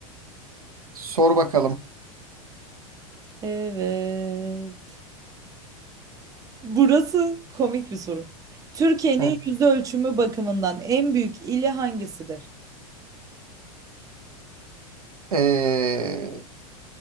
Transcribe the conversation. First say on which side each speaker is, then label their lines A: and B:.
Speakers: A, on the right; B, on the right.
A: Sor bakalım.
B: Evet. Burası komik bir soru. Türkiye'nin
A: Hı.
B: yüz ölçümü bakımından en büyük ili hangisidir?
A: Ee,